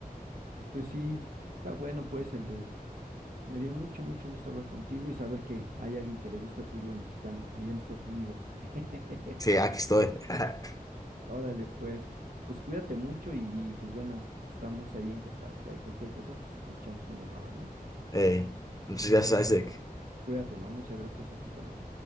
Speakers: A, on the right; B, on the left.
A: Pues sí, está bueno pues el de... Me dio mucho, mucho gusto hablar contigo y saber que hay alguien que le gusta el fútbol mexicano allá en Estados Unidos. <laughs>
B: Sí, aquí estoy. <laughs>
A: Órale, pues, pues cuídate mucho y, y, pues bueno, estamos ahí en contacto. Hay cualquier cosa, pues nos echamos una llamada, ¿no?
B: Ey, muchas
A: Órale,
B: gracias,
A: pues,
B: Isaac.
A: cuídate, ¿no? Muchas gracias a ti también.